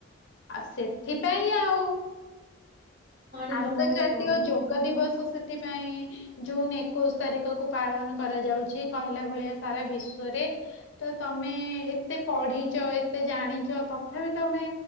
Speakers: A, on the left (about 65°); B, on the right (about 50°).
A: ଆଉ ସେଥିପାଇଁ ଆଉ।
B: ପାଣି
A: ଆନ୍ତର୍ଜାତୀୟ
B: ଜମା ବି ପିଉନି।
A: ଯୋଗ ଦିବସ ସେଥିପାଇଁ। ଜୁନ ଏକୋଇଶି ତାରିଖ କୁ ପାଳନ କରାଯାଉଛି କହିଲା ଭଳିଆ ସାରା ବିଶ୍ଵରେ। ତ ତମେ ଏତେ ପଢିଛ ଏତେ ଜାଣିଛ ତଥାପି ତମେ।